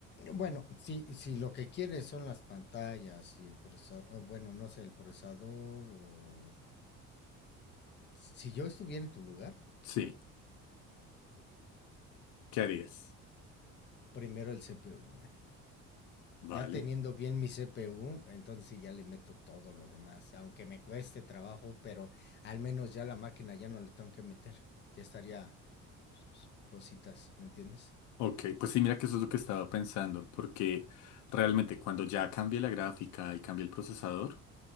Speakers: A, on the left; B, on the left.
A: Bueno, si, si lo que quieres son las pantallas y el procesador, bueno, no sé, el procesador o... Si yo estuviera en tu lugar,
B: Sí, ¿qué harías?
A: primero el CPU, güey.
B: Vale.
A: Ya teniendo bien mi CPU, entonces sí ya le meto todo lo demás, aunque me cueste trabajo, pero al menos ya la máquina ya no le tengo que meter. Ya estaría cositas, ¿me entiendes?
B: Ok, pues sí, mira que eso es lo que estaba pensando, porque realmente cuando ya cambie la gráfica y cambie el procesador,